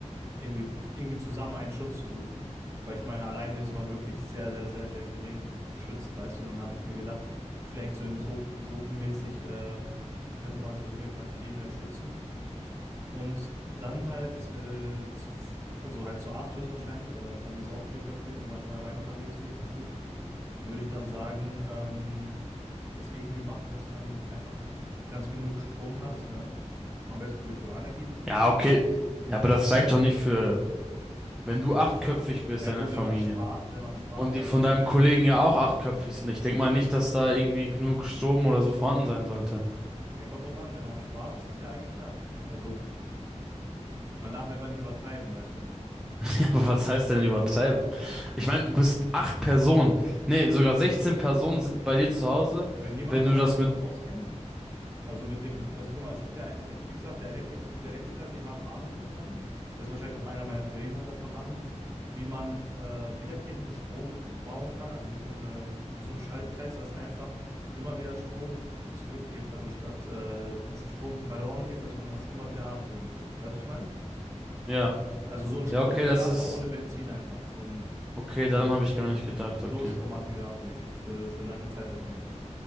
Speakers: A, on the right (about 25°); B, in the centre.
A: irgendwie, irgendwie zusammen einen Schutz zu suchen. Weil ich meine, alleine ist man wirklich sehr, sehr, sehr, sehr gering ge- geschützt, weißt du. Und dann habe ich mir gedacht, vielleicht so in Gru gruppenmäßig äh, könnte man sich auf jeden Fall viel mehr schützen. Und dann halt äh, zu, f- also halt zu acht höchstwahrscheinlich, weil seine Familie ist auch vierköpfig und mein- oder meine Familie ist vierköpfig, würde ich dann sagen, ähm, es irgendwie machen, dass man einfach ganz genug Strom hat, ne? Am besten durch Solarenergie, wie schon
B: Ja,
A: gesagt.
B: okay. Ja, aber das reicht doch nicht für, wenn du achtköpfig bist,
A: Ja
B: deine
A: gut,
B: Familie.
A: wenn man spart, wenn man spart,
B: Und die
A: weil
B: von
A: es ja
B: deinem
A: auch,
B: Kollegen ja auch achtköpfig sind. Ich denk mal nicht, dass da irgendwie genug Strom oder so vorhanden sein sollte. <laughs>
A: ne, kommt drauf an, wenn man spart, ist es ja eigentlich da. Also man darf einfach nicht übertreiben, weißt du?
B: Ja, aber was heißt denn übertreiben? Ich meine, du bist acht Personen. Nee, sogar 16 Personen sind bei dir zu Hause,
A: Wenn jemand
B: wenn
A: aber
B: du das
A: sich damit
B: mit.
A: auskennt, Also mit dem, also guck mal, es gibt ja, äh, wie gesagt, der Elektri es gibt Elektriker, die haben Ahnung davon. Das ist wahrscheinlich auch einer meiner Kollegen hat davon Ahnung, wie man äh, wiederkehrende Strom bauen kann, also wie so eine, wie so ein Schaltkreis, das einfach immer wieder Strom zurückgibt. Also statt, äh, dass es Strom verloren geht, dass man das immer wieder hat, so mäßig. Weißt du, was ich meine?
B: Ja.
A: Also so ein Stromgenerator
B: Ja, okay, das ist.
A: ohne Benzin einfach, so ein,
B: Okay,
A: so
B: daran
A: ein
B: habe ich gar nicht gedacht, okay.
A: Notstromaggregat mäßig für, für lange Zeit auf jeden Fall.